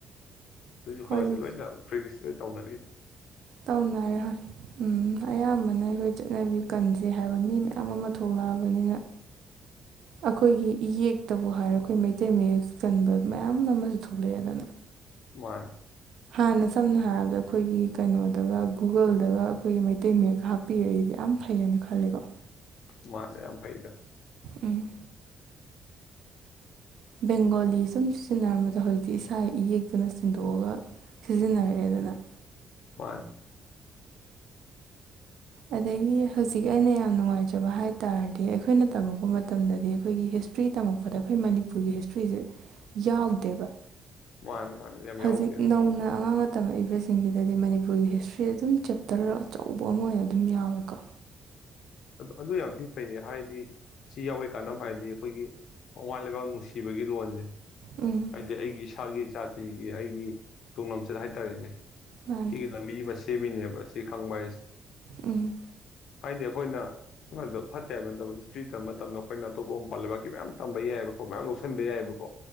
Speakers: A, on the left; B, on the right.
A: ꯑꯗꯨꯁꯨꯨ
B: ꯍꯧꯖꯤꯛ
A: ꯀꯗꯔ ꯂꯩꯅ ꯄ꯭ꯔꯕꯤꯁ ꯁꯤ ꯇꯧꯅꯔꯤꯏꯦ
B: ꯇꯧꯅꯔꯦ ꯍꯣꯏ ꯎꯝ ꯑꯌꯥꯝꯕꯅ ꯑꯩꯈꯣꯏ ꯆꯠꯅꯕꯤ ꯀꯟꯁꯦ ꯍꯥꯏꯕ ꯃꯤ ꯃꯌꯥꯝ ꯑꯃ ꯊꯣꯛꯂꯛꯑꯕꯅꯤꯅ ꯑꯩꯈꯣꯏꯒꯤ ꯏꯌꯦꯛꯛꯇꯕꯨ ꯍꯥꯏꯔ ꯑꯩꯈꯣꯏ ꯃꯩꯇꯩ ꯃꯌꯦꯛ ꯀꯟꯕ ꯃꯌꯥꯝ ꯑꯃꯁꯨ ꯊꯣꯛꯂꯛꯑꯦꯗꯅ
A: ꯋꯥꯟ
B: ꯍꯥꯟꯅ ꯁꯝꯅ ꯍꯥꯏꯔꯕꯗ ꯑꯩꯈꯣꯏꯒꯤ ꯀꯩꯅꯣꯗꯒ ꯒꯨꯒꯜꯗꯒ ꯑꯩꯈꯣꯏꯒꯤ ꯃꯩꯇꯩ ꯃꯌꯦꯛꯀ ꯍꯥꯞꯄꯤꯔꯛꯏꯗꯤ ꯌꯥꯝ ꯐꯩꯌꯦꯅ ꯈꯜꯂꯦꯀꯣ
A: ꯃꯥꯅꯦ ꯌꯥꯝ ꯐꯩꯗ
B: ꯎꯝ ꯕꯦꯡꯒꯣꯂꯤ ꯁꯨꯝ ꯁꯤꯖꯤꯟꯅꯔꯝꯕꯗ ꯍꯧꯖꯤꯛꯇꯤ ꯏꯁꯥ ꯏꯌꯦꯛꯛꯇꯨꯅ ꯁꯤꯦꯡꯗꯣꯛꯑꯒ ꯁꯤꯖꯤꯟꯅꯔꯛꯑꯦꯗꯅ
A: ꯋꯥꯟ
B: ꯑꯗꯒꯤ ꯍꯧꯖꯤꯛ ꯑꯩꯅ ꯌꯥꯝ ꯌꯥꯝ ꯅꯨꯡꯉꯥꯏꯖꯕ ꯍꯥꯏ ꯇꯥꯔꯗꯤ ꯑꯩꯈꯣꯏꯅ ꯇꯝꯃꯛꯄ ꯃꯇꯝꯗꯗꯤ ꯑꯩꯈꯣꯏꯒꯤ ꯍꯤꯁꯇ꯭ꯔꯤ ꯇꯝꯃꯛꯄꯗ ꯑꯩꯈꯣꯏ ꯃꯅꯤꯄꯨꯔꯒꯤ ꯍꯤꯁꯇ꯭ꯔꯤꯁꯦ ꯌꯥꯎꯗꯦꯕ
A: ꯃꯥꯅꯤ ꯃꯥꯅꯤ ꯌꯥꯝ
B: ꯍꯧꯖꯤꯛ
A: ꯌꯥꯎꯗꯦ
B: ꯅꯧꯅ ꯑꯉꯥꯡꯅ ꯇꯝꯃꯛꯏꯕꯁꯤꯡꯁꯤꯗꯗꯤ ꯃꯅꯤꯄꯨꯔꯒꯤ ꯍꯤꯁꯇ꯭ꯔꯤ ꯑꯗꯨꯝ ꯆꯦꯞꯇꯔ ꯑꯆꯧꯕ ꯑꯃ ꯑꯣꯏꯅ ꯑꯗꯨꯝ ꯌꯥꯎꯋꯦꯀꯣ
A: ꯑꯗꯨ ꯌꯥꯝ ꯊꯤ ꯐꯩꯌꯦ ꯍꯥꯏꯗꯤ ꯁꯤ ꯌꯥꯎꯋꯤ ꯀꯥꯟꯅꯕ ꯍꯥꯏꯗꯤ ꯑꯩꯈꯣꯏꯒꯤ ꯃꯃꯥ ꯂꯩꯕꯥꯛ ꯅꯨꯡꯁꯤꯕꯒꯤ ꯂꯣꯟꯁꯦ
B: ꯎꯝ
A: ꯍꯥꯏꯗꯤ ꯑꯩꯒꯤ ꯏꯁꯥꯒꯤ ꯖꯥꯇꯤꯒꯤ ꯑꯩꯒꯤ ꯇꯨꯡ ꯂꯝꯁꯤꯗ ꯍꯥꯏꯇꯥꯔꯦꯅꯦ
B: ꯃꯥꯅꯤ
A: ꯂꯝꯕꯤ ꯃꯁ ꯁꯤꯕꯤꯅꯦꯕ ꯁꯤ ꯈꯪꯕ ꯍꯥꯏꯁꯦ
B: ꯎꯝ
A: ꯍꯥꯏꯗꯤ ꯑꯩꯈꯣꯏꯅ ꯁꯃꯥꯏꯗ ꯐꯠꯇꯦ ꯍꯥꯏꯕ ꯅꯠꯇꯕ ꯍꯤꯁꯇ꯭ꯔꯤ ꯇꯝꯕ ꯃꯇꯝꯗ ꯑꯩꯈꯣꯏꯅ ꯑꯇꯣꯞꯄ ꯃꯄꯥꯟꯜ ꯂꯩꯕꯥꯛꯀꯤ ꯃꯌꯥꯝ ꯇꯝꯕ ꯌꯥꯏꯕꯀꯣ ꯃꯌꯥꯝ ꯂꯧꯁꯤꯟꯕ ꯌꯥꯏꯑꯕꯀꯣ